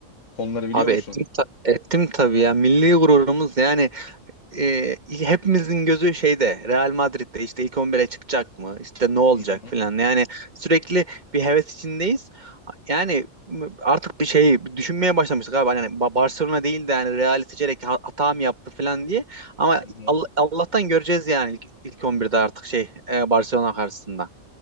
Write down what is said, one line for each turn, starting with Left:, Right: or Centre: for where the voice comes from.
Left: Konuları biliyor
Right: Abi
Left: musun?
Right: ettim ta- ettim tabii ya. Milli gururumuz yani e, hepimizin gözü şeyde Real Madrid'de işte ilk 11'e çıkacak mı? İşte ne olacak
Left: Hı hı.
Right: filan. Yani sürekli bir heves içindeyiz. Yani artık bir şey düşünmeye başlamıştık abi. Hani Ba- Barcelona değil de yani Real'i seçerek ha- hata mı yaptı filan diye. Ama
Left: hı hı.
Right: Al- Allah'tan göreceğiz yani ilk, ilk on birde artık şey e, Barcelona karşısında.